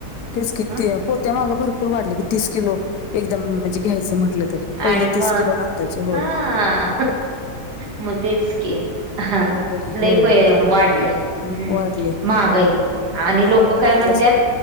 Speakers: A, on the left (about 80°); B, on the right (about 85°).
A: तेच किती
B: ह
A: पोत्या माग भरपूर वाढले की तीस किलो. एकदम म्हणजे घ्यायच म्हटल तरी. पहिले
B: आणि मग
A: तीस किलो न आत्ताचे होय.
B: हा मग तेच कि. हा
A: अवघड आहे
B: लई
A: होय
B: बया वाढल. हम्म
A: वाढले
B: महागाई, आणि
A: महागाई
B: लोक काय
A: वाढल्यास
B: म्हणत्यात